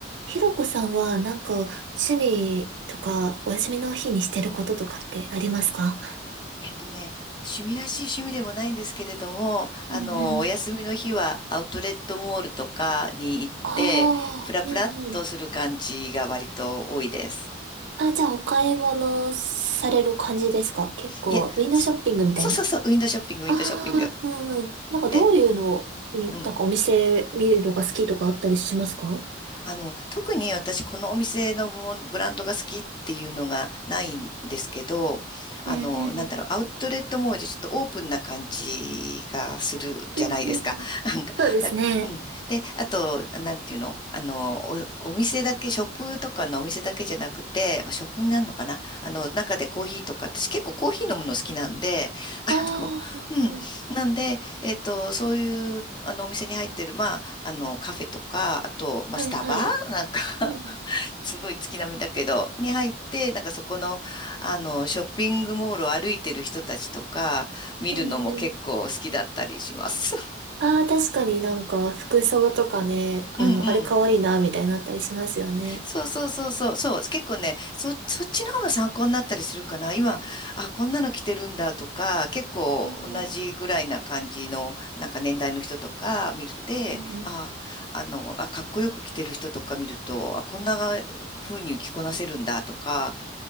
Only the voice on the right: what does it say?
ひろこさんはなんか趣味とかお休みの日にしてることとかってありますか
うんうん。
あ
あうんうん。あ、じゃあお買い物される感じですか結構、
ウィンドウショッピングみたいな。
ああ、うんうん。なんかどういうのに、
なんかお店見るのが好きとかあったりしますか
うんうん。
うんうん。
そうですね。
あ
あ、うんうん。
はいはい。
うん、
うんうん。
ああ、確かになんか服装とかね、あの、
あれ可愛いな、みたいになったりしますよね。
うん
うんうん